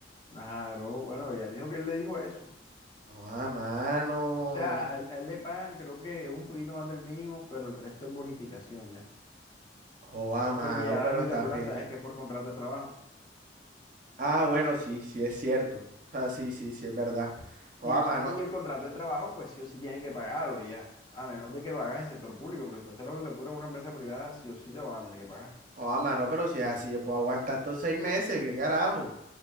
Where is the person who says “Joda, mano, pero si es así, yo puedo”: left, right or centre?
Right